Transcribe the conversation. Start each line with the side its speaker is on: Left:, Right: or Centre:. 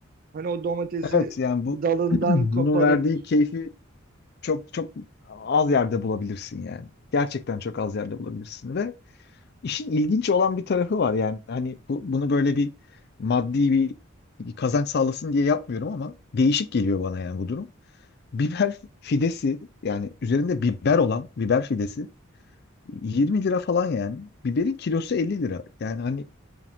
Right: Hani o domatesi
Left: Evet yani bu
Right: dalından
Left: <clears throat> bunun
Right: koparıp
Left: verdiği keyfi çok çok az yerde bulabilirsin yani. Gerçekten çok az yerde bulabilirsin ve işin ilginç olan bir tarafı var yani. Hani bu, bunu böyle bir maddi bir, bir kazanç sağlasın diye yapmıyorum ama değişik geliyor bana yani bu durum. Biber fidesi yani üzerinde biber olan biber fidesi 20 lira falan yani. Biberin kilosu 50 lira. Yani hani